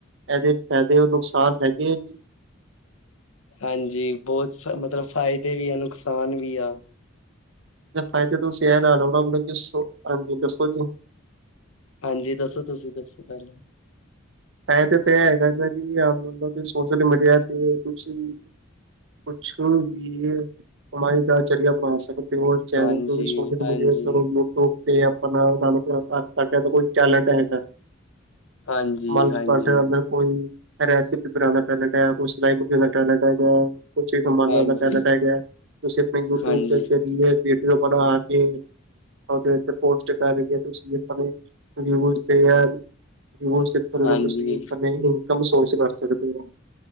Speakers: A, on the right (about 60°); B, on the left (about 75°).
A: ਇਹਦੇ ਫਾਇਦੇ ਨੁਕਸਾਨ ਹੈਗੇ ਆ ਜੀ।
B: ਹਾਂਜੀ ਬਹੁਤ ਮਤਲਬ ਫਾਇਦੇ ਵੀ ਆ ਨੁਕਸਾਨ ਵੀ ਆ।
A: ਇਹਦਾ ਫਾਇਦਾ ਤੁਸੀਂ ਇਹ ਲਾ ਲਾ ਲੋ ਉਣਾ ਮਤਲਬ ਜੋ ਹਾਂਜੀ ਦੱਸੋ ਜੀ।
B: ਹਾਂਜੀ ਦੱਸੋ ਤੁਸੀਂ ਦੱਸੋ ਪਹਿਲਾਂ।
A: ਐ ਤੇ ਤਾਂ ਹੈਗਾ ਜੀ ਮੰਨ ਲਓ ਕਿ ਸੋਸ਼ਲ ਮੀਡੀਆ ਤੇ ਤੁਸੀਂ ਕੁਛ ਵੀ, ਕਮਾਈ ਦਾ ਜ਼ਰੀਆ ਬਣਾ ਸਕਦੇ ਹੋ। ਚੈਨਲ
B: ਹਾਂਜੀ,
A: ਤੋਂ ਵੀ ਸੋਸ਼ਲ
B: ਹਾਂਜੀ,
A: ਮੀਡੀਆ 'ਚ ਯੂਟਿਊਬ ਤੇ ਆਪਣਾ ਸਾਨੂੰ ਕਰ ਤਾਂ ਕੋਈ ਟੈਲੈਂਟ ਹੈਗਾ।
B: ਹਾਂਜੀ,
A: ਮੰਨ ਲੋ
B: ਹਾਂਜੀ,
A: ਤੁਹਾਡੇ ਅੰਦਰ ਕੋਈ, ਰੈਸਪੀ ਬਣਾਣ ਦਾ ਟੈਲੇਂਟ ਏ ਕੋਈ ਸਿਲਾਈ ਮਸ਼ੀਨ ਦਾ ਟੈਲੇਂਟ ਏ ਜਾਂ ਕੁਛ ਚੀਜ਼ ਸੰਬਾਨ
B: ਹਾਂਜੀ।
A: ਦਾ ਟੈਲੇਂਟ
B: ਹਾਂਜੀ,
A: ਹੈਗਾ, ਤੁਸੀਂ ਆਪਣੇ ਯੂਟਿਊਬ
B: ਹਾਂਜੀ,
A: ਦੇ ਜ਼ਰੀਏ ਵੀਡੀਓ ਬਣਾ ਕੇ, ਉਦੇ ਉੱਤੇ ਪੋਸਟ ਕਰ ਕੇ ਰਵਿਊਜ ਤੇ ਆ, ਰਵਿਊਜ ਕਰ
B: ਹਾਂਜੀ,
A: ਤੁਸੀਂ ਪਰ ਨਹੀ ਕੰਮ ਸੋਸ ਕਰ ਸਕਦੇ ਓ।